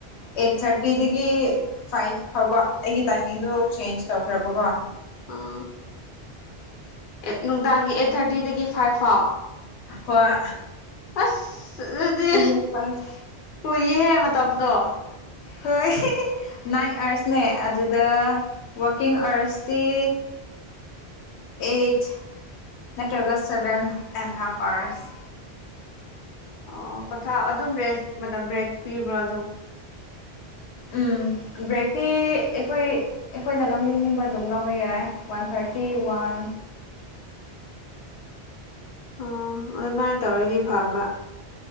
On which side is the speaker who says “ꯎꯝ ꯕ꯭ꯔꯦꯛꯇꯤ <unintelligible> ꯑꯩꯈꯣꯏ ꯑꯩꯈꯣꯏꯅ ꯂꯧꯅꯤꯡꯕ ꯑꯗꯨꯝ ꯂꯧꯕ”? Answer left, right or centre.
Left